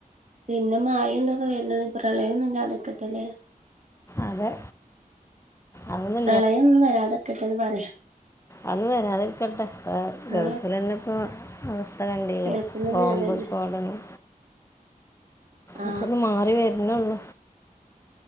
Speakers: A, on the right; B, on the left.
A: പിന്നെ മായൊന്നൊക്കെ വല്ല പ്രളയൊന്നുംല്ല അതൊക്കെട്ടല്ലേ
B: അതെ അതൊന്നും
A: പ്രളയമൊന്നും വരാതെക്കട്ടെന്ന് പറയാ
B: അത് വരാതിരിക്കട്ടെ ഗൾഫിൽന്നെ
A: ആ
B: ഇപ്പ അവസ്ഥ കണ്ടിലെ
A: കേൾക്കുന്നന്നെ
B: കോംബ്
A: അതന്നെ
B: സ്പോടനം
A: ആ
B: ഇക്കന്ന് മാറി വരുന്നള്ള